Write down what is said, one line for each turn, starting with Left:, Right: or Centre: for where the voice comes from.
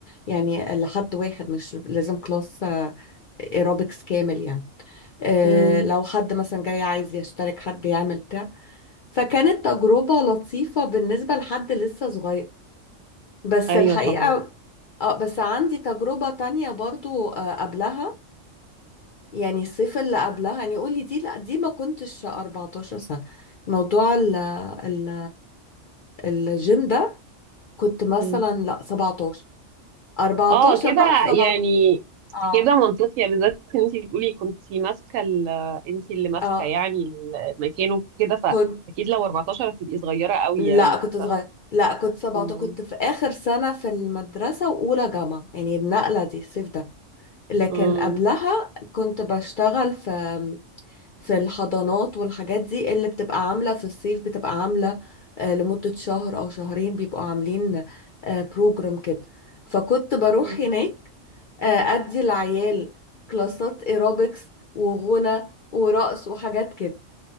Left: يعني لحد واحد مش لازم كلاس ايروبكس كامل يعني آه،
Right: أمم.
Left: لو حد مثلا جاي عايز يشترك حد يعمل بتاع فكانت تجربه لطيفه بالنسبه لحد لسه صغير بس
Right: أيوه
Left: الحقيقه
Right: طبعا
Left: اه بس عندي تجربه تانية برضو آه، قبلها يعني الصيف اللي قبلها يعني قولي دي لا دي ما كنتش 14 سنة موضوع ال ال الجيم ده كنت مثلا
Right: امم
Left: لا 17 14
Right: اه كده
Left: بقى ل 17
Right: يعني
Left: اه
Right: كده منطقي بالذات ان انت بتقولي كنت ماسكه ال- انت اللي ماسكه
Left: اه
Right: يعني المكان وكده فاكيد
Left: كنت
Right: لو 14 هتبقي صغيره قوي
Left: لا
Right: يعني
Left: كنت صغير
Right: ف
Left: لا كنت 17
Right: مم.
Left: كنت في آخر سنة في المدرسة وأولى جامعة يعني النقلة دي الصيف ده لكن
Right: مم.
Left: قبلها كنت بشتغل في في الحضانات والحاجات دي اللي بتبقى عاملة في الصيف بتبقى عاملة آه، لمدة شهر أو شهرين بيبقوا عاملين بروجرام كده فكنت بروح
Right: مم.
Left: هناك آه، أدي العيال كلاسات ايروبكس وغنى ورقص وحاجات كده